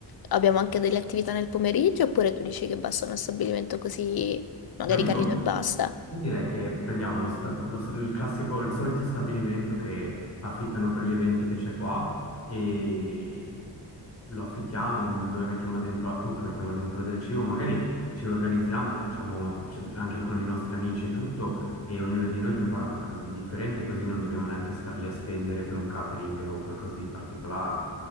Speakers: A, on the left; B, on the left.
A: abbiamo anche delle attività nel pomeriggio, oppure tu dici che basta uno stabilimento così magari
B: Ma io,
A: carino e basta?
B: io direi che prendiamo lo sta- lo- il classico, il solito stabilimento che affittano per gli eventi che c'è qua e lo affittiamo mm, dove mettiamo dentro, appunto, mettiamo dentro del cibo, magari ci organizziamo, facciamo c- anche con i nostri amici e tutto e ognuno di noi prepara qualcosa di differente, così non dobbiamo neanche star lì a spendere per un catering o qualcosa di particolare.